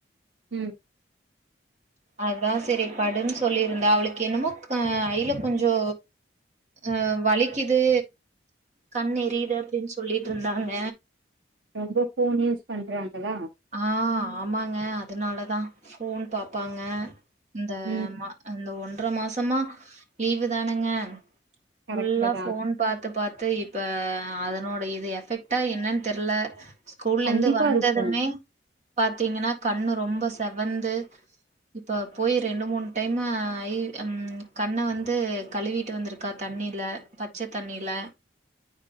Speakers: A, on the right; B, on the right.
A: ம்
B: அதா சரி படுன்னு சொல்லியிருந்தே அவளுக்கு என்னமோ ஐல கொஞ்சொ அ வலிக்குது கண் எரியுது அப்டின்னு சொல்லிட்டு இருந்தாங்க
A: ரொம்ப ஃபோன் யூஸ் பண்றாங்களா
B: ஆ ஆமாங்க அதனாலதா ஃபோன் பாப்பாங்க இந்த
A: ம்
B: ஆமா அந்த ஒன்ற மாசமா லீவு தானுங்க
A: கரெக்ட்டு
B: ஃபுல்லா
A: தா
B: ஃபோன் பாத்து பாத்து இப்ப அ அதனோட இது எஃபெக்ட்டா என்னன் தெர்ல கூல்லருந்து
A: கண்டிப்பா
B: வந்ததுமே
A: இருக்கு
B: பாத்தீங்கனா கண்ணு ரொம்ப செவந்து இப்ப போயி ரெண்டு மூணு டைம்மா ஆயி ம் கண்ண வந்து கழுவிட்டு வந்துருக் க்கா தண்ணில பச்ச தண்ணில